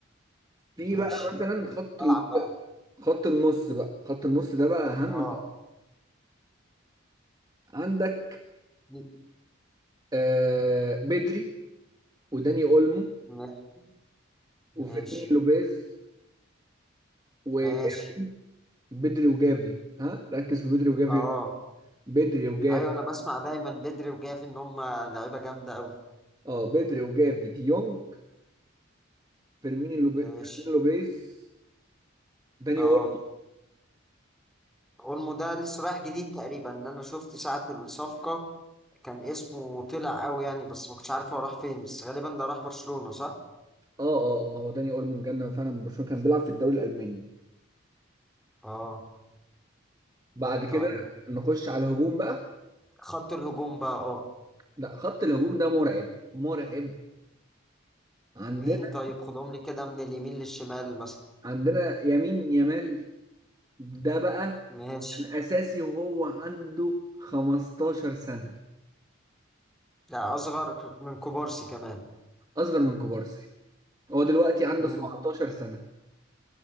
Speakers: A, on the right; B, in the centre.
A: في
B: ماشي
A: بقى مثلا خط
B: بلعب
A: ال...
B: بقى
A: خط النص بقى خط النص ده بقى اهم
B: اه
A: خط عندك
B: مي-
A: آه بدري وداني اولمو
B: ماشي ماشي
A: وفيرمينيو لوبيز وجافي
B: ماشي
A: بدري وجافي ها ركز في بدري وجافي
B: اه
A: بدري وجافي
B: ايوه انا بسمع دايما بدري وجافي ان هم لعيبه جامده قوي
A: اه بدري وجافي دي يونج فيرمينيو لوبيز
B: ماشي
A: فيرمينيو لوبيز داني
B: اه
A: اول
B: اولمو ده لسه رايح جديد تقريبا ان انا شفت ساعه الصفقه كان اسمه طلع قوي يعني بس ما كنتش عارف هو راح فين بس غالبا ده راح برشلونه صح
A: اه اه اه هو داني اول من جنة فعلا من برشلونة كان بيلعب في الدوري الالماني
B: اه
A: بعد كده
B: طيب
A: نخش على الهجوم بقى
B: خط الهجوم بقى اه
A: لا خط الهجوم ده مرعب مرعب عندنا
B: مين طيب خدهم لي كده من اليمين للشمال مثلا
A: عندنا يمين يمال ده بقى
B: ماشي
A: كان اساسي وهو عنده 15 سنة
B: ده اصغر من كوبارسي كمان
A: اصغر من كوبارسي هو دلوقتي عنده
B: مم.
A: 17 سنة